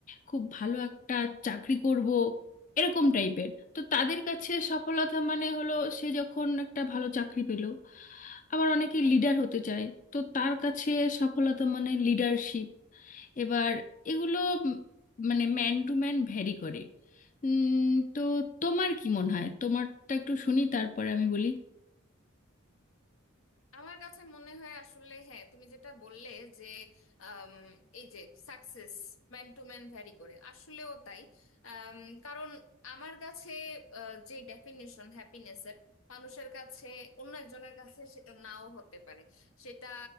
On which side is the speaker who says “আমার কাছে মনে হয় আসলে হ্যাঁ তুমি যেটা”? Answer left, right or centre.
Left